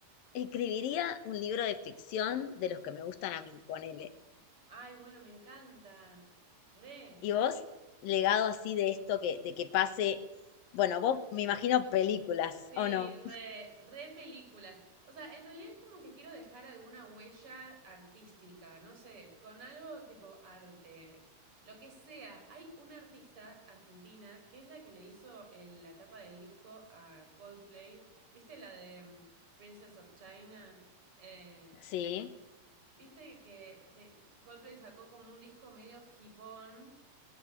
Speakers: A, on the left; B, on the right.
A: escribiría un libro de ficción de los que me gustan a mí, ponele.
B: Ay, bueno, me encanta. Re.
A: ¿Y vos, legado así de esto que, de que pase, bueno, vos me imagino películas,
B: Sí,
A: ¿o no?
B: re, re películas. O sea, en realidad es como que quiero dejar alguna huella artística, no sé, con algo tipo arte, lo que sea. Hay una artista argentina que es la que le hizo el- la tapa del disco a Coldplay. ¿Viste la de mm, Princess of China? Eh,
A: Sí.
B: ¿viste que te- Coldplay sacó como un disco medio hipón?